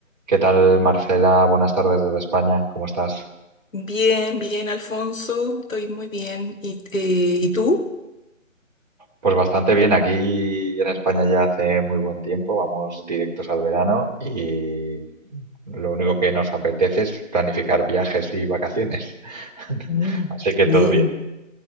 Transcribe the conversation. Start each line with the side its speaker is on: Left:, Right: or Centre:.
Right: ¿Qué tal, Marcela? Buenas tardes desde España. ¿Cómo estás?
Left: Bien, bien, Alfonso, estoy muy bien. ¿Y, eh, ¿y tú?
Right: Pues bastante bien. Aquí en España ya hace muy buen tiempo. Vamos directos al verano y lo único que nos apetece es planificar viajes y vacaciones. <laughs>
Left: Mm,
Right: Así que
Left: sí.
Right: todo bien.